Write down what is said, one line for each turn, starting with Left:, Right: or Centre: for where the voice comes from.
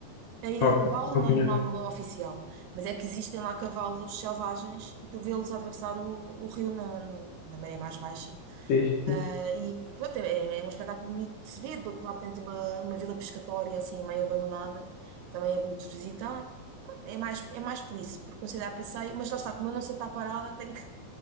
Right: A Ilha
Left: Ok,
Right: do Cavalo
Left: não
Right: não
Left: conheço.
Right: é o nome oficial, mas é que existem lá cavalos selvagens e tu vê-los atravessar o, o rio na, na, na maré mais baixa.
Left: Fixe, fixe.
Right: Ah,
Left: <laughs>
Right: e pronto, é, é um espetáculo bonito de se ver. Do outro lado tens uma, uma vila pescatória assim meio abandonada, que também é bonito de visitar. Pronto, É mais, é mais por isso, por considerar passeio, mas lá está, como eu não sei estar parada, tenho que,